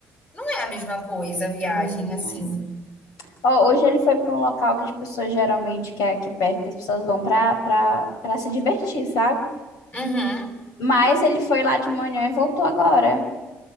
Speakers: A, on the left; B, on the left.
A: Não é a mesma coisa a viagem,
B: hum,
A: assim.
B: é. Ó, hoje ele foi pra um local que as pessoas geralmente, que é aqui perto, que as pessoas vão pra, pra, pra se divertir, sabe?
A: Uhum.
B: Mas ele foi lá de manhã e voltou agora.